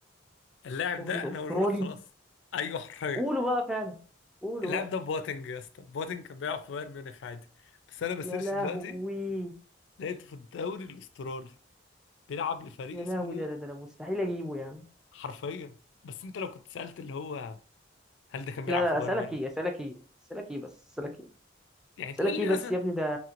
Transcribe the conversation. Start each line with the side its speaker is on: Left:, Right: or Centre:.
Left: اللاعب
Centre: الدوري
Left: ده
Centre: الاسترالي
Left: أنا بقوله لك خلاص أيوه حرفيا
Centre: قولوا بقى فعلا قولوا
Left: اللاعب
Centre: بقى
Left: ده بوتنج يا اسطى بوتنج كان بيلعب في بايرن ميونخ عادي بس أنا بسيرش
Centre: يا لهوي
Left: دلوقتي لقيته في الدوري الأسترالي بيلعب لفريق
Centre: يا
Left: اسمه
Centre: لهوي ده ده ده مستحيل اجيبه يعني
Left: حرفيا بس أنت لو كنت سألت اللي هو هل ده كان بيلعب
Centre: لا
Left: في
Centre: لا
Left: بايرن
Centre: اسالك
Left: ميونخ
Centre: ايه اسالك ايه اسالك ايه بس اسالك ايه
Left: يعني تقول
Centre: اسالك
Left: لي
Centre: ايه بس
Left: مثلا
Centre: يا ابني ده